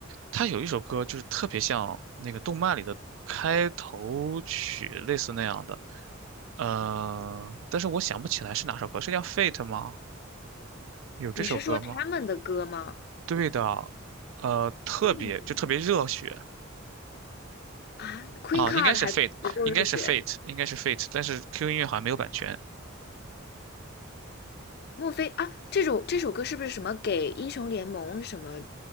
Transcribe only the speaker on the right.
他有一首歌就是特别像那个动漫里的开头曲，类似那样的。呃，但是我想不起来是哪首歌，是叫《Fate》吗？有这首歌吗？
对的，呃，特别就特别热血
啊，
应该是《Fate》，
应该是《Fate》，应该是《Fate》，但是 QQ 音乐好像没有版权。